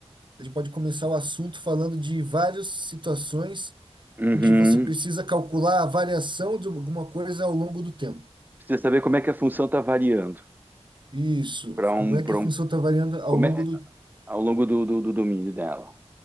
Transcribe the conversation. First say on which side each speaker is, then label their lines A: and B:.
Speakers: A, on the right; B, on the right.
A: a gente pode começar o assunto falando de várias situações
B: Uhum.
A: em que você precisa calcular a variação de alguma coisa ao longo do tempo.
B: Precisa saber como é que a função está variando
A: Isso.
B: para um,
A: Como é
B: para
A: que a função
B: um,
A: está variando ao
B: como
A: longo
B: é,
A: do.
B: ao longo do, do, do domínio dela.